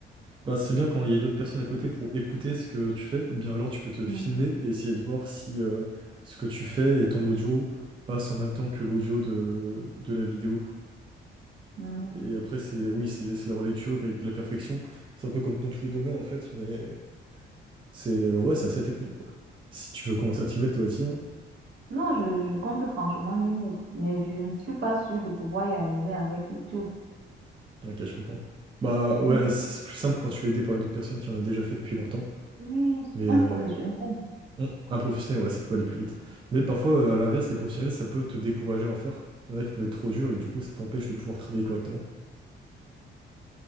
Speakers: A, on the right; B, on the right.
A: Bah, c'est bien quand il y a une autre personne à côté pour écouter ce que tu fais, ou bien alors tu peux te
B: Mm.
A: filmer et essayer de voir si euh, ce que tu fais et ton audio passent en même temps que l'audio de, de la vidéo.
B: Mm.
A: Et après, c'est oui, c'est c'est la relecture et de la perfection. C'est un peu comme dans tous les domaines, en fait, mais c'est ouais, c'est assez technique, quoi. Si tu veux commencer à t'y mettre, toi aussi, hein.
B: Non, je, je compte franchement mes mots, mais je ne suis pas sûre de pouvoir y arriver avec YouTube.
A: Ok, je comprends. Bah
B: <laughs>
A: ouais, c'est c'est plus simple quand tu es aidé par une autre personne qui en a déjà fait depuis longtemps.
B: Oui,
A: Mais euh,
B: un professionnel
A: ouais.
B: de
A: Hum, Un professionnel, ouais, ça peut aller plus vite. Mais parfois, euh, à l'inverse, les professionnels, ça peut te décourager à en faire. Il y en a qui peuvent être trop durs et du coup, ça t'empêche de pouvoir travailler correctement.